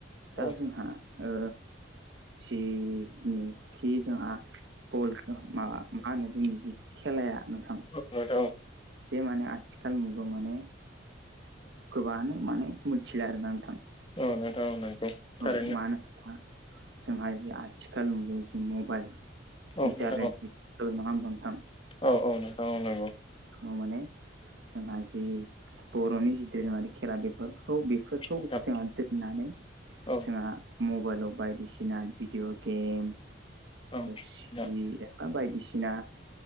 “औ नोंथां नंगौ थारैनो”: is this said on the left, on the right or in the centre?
Left